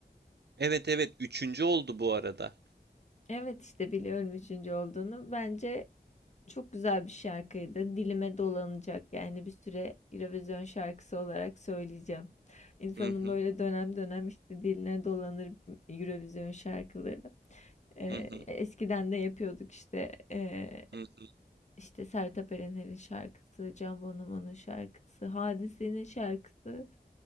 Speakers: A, on the right (about 75°); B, on the left (about 45°).
A: Evet evet üçüncü oldu bu arada.
B: Evet işte biliyorum üçüncü olduğunu. Bence çok güzel bir şarkıydı. Dilime dolanacak yani bir süre Eurovision şarkısı olarak söyleyeceğim. İnsanın
A: Hı hı
B: böyle dönem dönem işte diline dolanır Eurovision şarkıları. Ee,
A: hı hı
B: eskiden de yapıyorduk işte. ee,
A: hı hı.
B: İşte Sertab Erener'in şarkısı, Can Bonomo'nun şarkısı, Hadise'nin şarkısı.